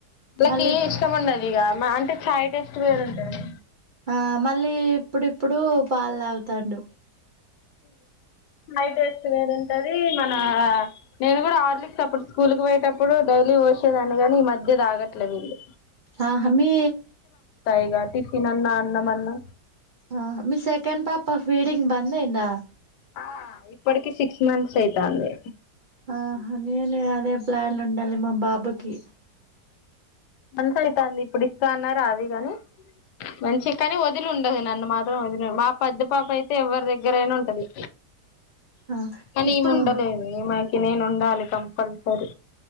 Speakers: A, on the left (about 80°); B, on the right (about 60°).
A: వాళ్ళకి
B: మళ్ళీ
A: ఇష్టం ఉండది ఇగ మ అంటే చాయ్ టెస్ట్ వేరుంటది
B: ఆ మళ్ళీ ఇప్పుడిప్పుడు పాలు తాగుతండు
A: అయితే ఇస్త <unintelligible> అది మన నేను గుడా ఆర్లిక్స్ అప్పుడు స్కూల్కి పోయేటప్పుడు డైలీ పోసేదాన్ని గని ఈ మధ్య తాగట్లేదు వీళ్ళు
B: ఆహా మీ
A: ఇగ టిఫిన్ అన్నా అన్నమన్నా
B: ఆ మీ సెకండ్ పాప ఫీడింగ్ బందైందా
A: ఆ ఇప్పటికి సిక్స్ మంత్స్ అయితంది
B: ఆహా నేనే అదే ప్లాన్ ఉండాలి మా బాబుకి
A: మంచి అవుతుంది ఇప్పుడు ఇస్తా అన్నా రాదు అది కాని మంచి కాని వదిలి ఉండదు నన్ను మాత్రం వదిలి మా పెద్ద పాప అయితే ఎవరి దగ్గర అయినా ఉంటది
B: ఆ
A: కానీ
B: ఇప్పుడు
A: ఈ ముండలేదు ఏమైన్ నేను ఉండాలి కంపల్సరీ